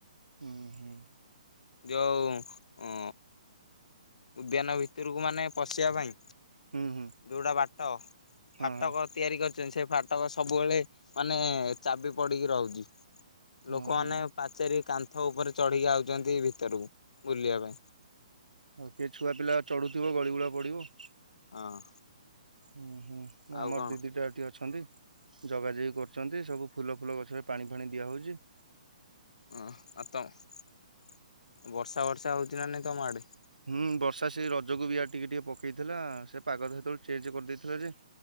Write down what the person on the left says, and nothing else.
ଯୋଉ ଉଦ୍ୟାନ ଭିତରକୁ ମାନେ ପଶିବା ପାଇଁ
ଯୋଉଟା ବାଟ
ଫାଟକ
ତିଆରି କରିଛନ୍ତି ସେ ଫାଟକ ସବୁବେଳେ ମାନେ ଚାବି ପଡ଼ିକି ରହୁଛି। ଲୋକମାନେ
ପାଚେରୀ କାନ୍ଥ ଉପରେ ଚଢ଼ିକି ଆଉଛନ୍ତି ଭିତରକୁ ବୁଲିବା ପାଇଁ।
ହଁ।
ଆଉ
କଣ
ଓ ଆଉ ତମ ବର୍ଷା ବର୍ଷା ହଉଛି ନା ନାଇଁ ତମ ଆଡ଼େ?